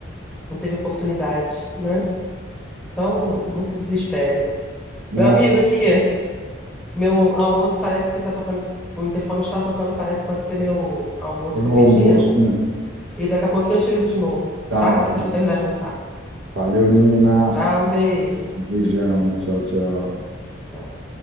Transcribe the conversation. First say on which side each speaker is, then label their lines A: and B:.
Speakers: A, in the centre; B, on the right.
A: não teve oportunidade, né? Então, não se desespere.
B: não,
A: Meu amigo, aqui, meu almoço parece que tá tocando, o interfone está tocando, parece que pode ser meu almoço
B: tem
A: que eu
B: um
A: pedi.
B: almoço, né?
A: E daqui a pouquinho eu te ligo de novo,
B: Tá
A: tá?
B: bom.
A: Depois que eu terminar de almoçar.
B: Valeu, Nina.
A: Tá? Um beijo.
B: Beijão. Tchau, tchau.
A: Tchau.